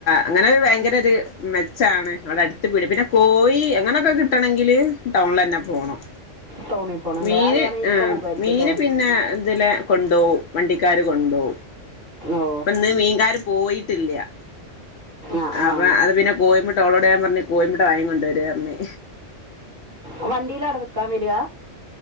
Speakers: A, on the left; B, on the right.
A: അങ്ങനെ ഭയങ്കര ഒരു മെച്ചാണ് അവിടെ അടുത്ത് പീട് പിന്നെ കോയി അങ്ങനെയൊക്കെ കിട്ടണെങ്കില് ടൗണില് തന്നെ പോണം
B: ടൗണിൽ പോകണം അല്ലേ
A: മീന്
B: അത് വേണമെങ്കിൽ
A: ആ
B: ഇക്ക പോകുമായിരിക്കും
A: മീന്
B: അല്ലേ
A: പിന്നെ ഇതിലെ കൊണ്ടോ വണ്ടിക്കാര് കൊണ്ടോ
B: ഓ
A: ഇപ്പൊ ഇന്ന് മീൻകാര് പോയി ട്ടില്ല
B: ആ
A: അപ്പൊ
B: ആ
A: അത് പിന്നെ കോയിമുട്ട ഓളോടെ ഞാൻ പറഞ്ഞ് കോയിമുട്ട വയി കൊണ്ട് വര് പറഞ്ഞ്
B: ഉ വണ്ടിൽ അവിടെ വിക്കാൻ വരിയ